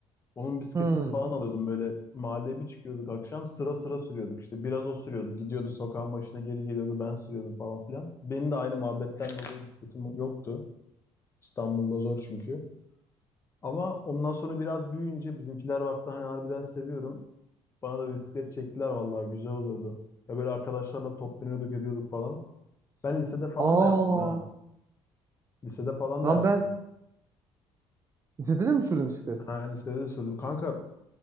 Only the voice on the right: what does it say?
Hmm.
Aa.
Lan
ben Lisede de mi sürdün bisiklet?